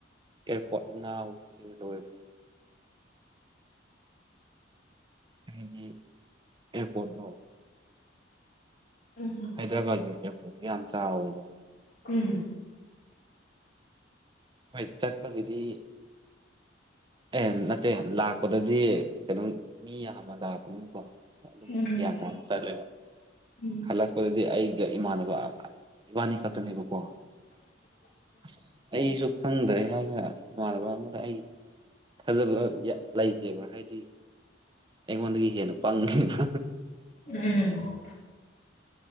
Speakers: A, on the right; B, on the left.
A: ꯑꯦ ꯄꯠꯅ ꯂ ꯑꯣꯏꯕ ꯍꯥꯏꯗꯤ ꯑꯦꯌꯥꯔꯄꯣꯔꯠꯇꯠꯇꯣ
B: ꯎꯝ
A: ꯍꯥꯏꯗ꯭ꯔꯕꯥꯠꯀꯤ ꯑꯦꯌꯥꯔꯄꯣꯔꯠꯁꯨ ꯌꯥꯝ ꯆꯥꯎꯋꯦꯕ
B: ꯎꯝ
A: ꯃ ꯆꯠ ꯄꯒꯗꯤ ꯑꯦ ꯅꯠꯇꯦ ꯂꯥꯛꯄꯗꯗꯤ ꯀꯩꯅꯣ ꯃꯤ ꯑꯕ ꯂꯥꯛꯄꯅꯤ ꯑꯗꯨꯝ
B: ꯎꯝ
A: ꯒ꯭ꯌꯥꯟ ꯇꯥꯅ ꯆꯠꯂꯦꯕ
B: ꯎꯝ
A: ꯍꯜꯂꯛꯄꯗꯗꯤ ꯑꯩ ꯏꯃꯥꯟꯕ ꯏꯃ ꯈ ꯕꯀꯣ ꯑꯁ ꯑꯩꯁꯨ ꯈꯪꯗ꯭ꯔꯦ ꯍꯥꯏ ꯍ ꯃꯥꯅꯕ ꯃꯗ ꯍꯥꯏ ꯊꯥꯖꯕ ꯂꯩꯇꯦꯕ ꯍꯥꯏꯗꯤ ꯑꯩꯉꯣꯟꯗꯒꯤ ꯍꯦꯟꯅ ꯄꯪꯈꯤꯕ
B: ꯎꯝ